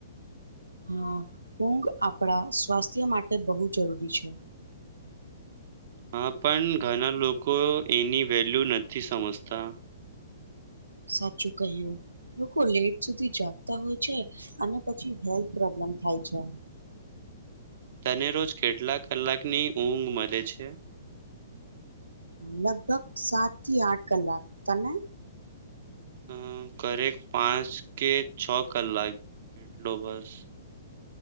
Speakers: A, on the right (about 85°); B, on the right (about 50°).
A: હા ઊઘ આપણા સ્વાસ્થ્ય માટે બહુ જરૂરી છે.
B: હા પણ ઘણા લોકો એની વેલ્યુ નથી સમજતા
A: સાચું કહ્યું લોકો લેટ સુધી જાગતા હોય છે અને પછી હેલ્થ પ્રોબ્લમ થાય છે
B: તને રોજ કેટલા કલાકની ઊંઘ મલે છે.
A: લગભગ સાત થી આઠ કલાક તને
B: અ કરે પાંચ કે છ કલાક ડોબસ